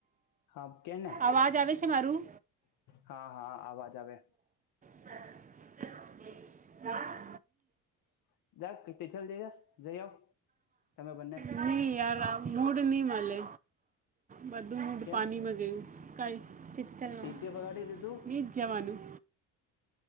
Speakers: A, on the left; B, on the right.
A: હા કેને
B: અવાજ આવે છે મારું?
A: હા, હા અવાજ આવે.
B: <inaudible>
A: <unintelligible> જઈ આવ તમે બંને.
B: નહીં યાર આ મૂડ નહી મલે બધું મૂડ
A: કેમ
B: પાણીમાં ગયું. કઈ
A: ટીસીએ બગાડી દીધું
B: <unintelligible> જવાનું